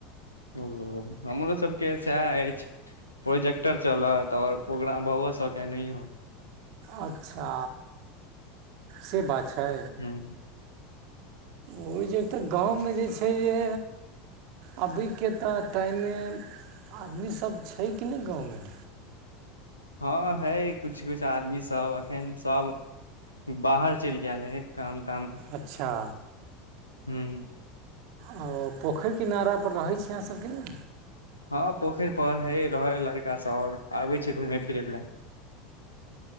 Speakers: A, on the left; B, on the right.
A: ओ हमरो सबके सैह अछि, प्रोजेक्टर चलत ओर प्रोग्राम भऽ सके यऽ नहीयओ।
B: अच्छा से बात छै।
A: हूं।
B: ओ जे एक तऽ गाँवमे जे छैह जे अभीके तऽ टाइम में आदमी सब छै कि नै गाँवमें।
A: हँ हय कुछ- कुछ आदमी सब एखन सब बाहर चलि गेल हय काम ताम
B: अच्छा!
A: हूँ।
B: ओ, पोखर किनार पर रहैत छी अहाँ सबकी नै?
A: हँ पोखरि पर रहै हऽ लड़का सब और आबै छै घुमै- फिरै लएऽ।